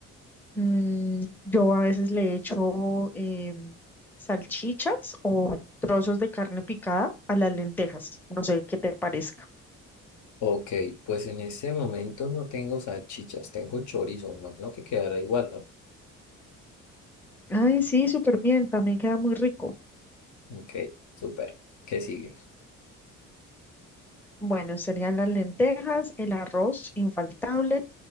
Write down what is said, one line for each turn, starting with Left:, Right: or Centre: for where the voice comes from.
Centre: Mm, yo a veces le echo em, salchichas o trozos de carne picada a las lentejas. No sé qué te parezca.
Left: Ok, pues en este momento no tengo salchichas, tengo chorizo, no, no que quedará igual, ¿no?
Centre: Ay, sí, súper bien. También queda muy rico.
Left: Ok, súper. ¿Qué sigue?
Centre: Bueno, serían las lentejas, el arroz infaltable.